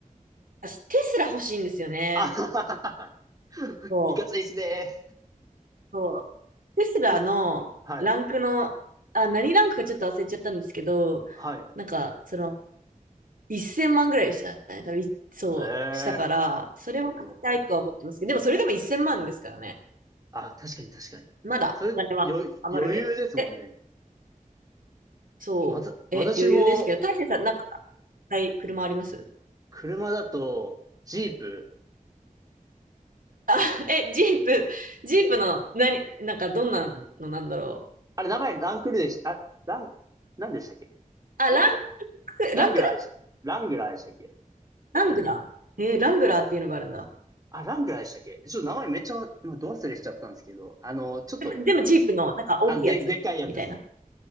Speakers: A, on the right; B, on the right.
A: 私、テスラ欲しいんですよね。
B: あはははは。<laughs>
A: そう、
B: いかついっすね。
A: そう。テスラのランクの、
B: ですはい。
A: あ、何ランクかちょっと忘れちゃったんですけど、
B: はい。
A: なんか、その、1000万ぐらいでしたね。多分そう、
B: え
A: したから、それは買いたいとは思ってますけど、
B: え
A: でもそれでも1000万ですからね。
B: あ、確かに確かに。
A: まだお金は余るけど。
B: それ、よ、余裕ですもんね。
A: え、そう。
B: わた、私も、
A: え、余裕ですけど、大勢さん、なんか、はい車あります
B: 車だと、ジープ。
A: <laughs> え、ジープ、ジープの、何、なんか、どんなのなんだろう。
B: あれ、名前ランクルでした、あ、ラン、何でしたっけ
A: あ、ランク、
B: ラングラーでし、
A: ランクル
B: ラングラーでしたっけ
A: ラングラーえーラングラーっていうのがあるんだ。
B: あ、ラングラーでしたっけちょっと名前めっちゃ、今、ど忘れしちゃったんですけど、あの、ちょっと、
A: でも、でもジープの、なんか、大きいやつみたいな。
B: あ、で、でっかいやつです。